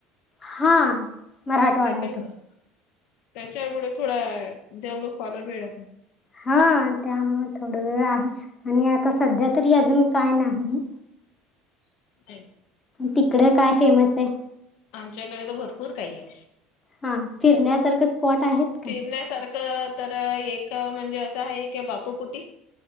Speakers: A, on the left; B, on the left.
A: हा मराठवाडा
B: त्याच्या
A: आहे ते.
B: त्याच्यामुळे थोडा डेवलप व्हायला वेळ.
A: हा त्यामुळे थोड वेळ आहे आणि आता सध्या तरी अजून काय नाही.
B: <unintelligible>
A: तिकडं काय फेमस आहे?
B: आमच्याकडे तर भरपूर काही आहे.
A: हा फिरण्यासारखे स्पॉट आहेत?
B: फिरण्यासारखं
A: का
B: तर एक म्हणजे असं आहे की बापू कुटी.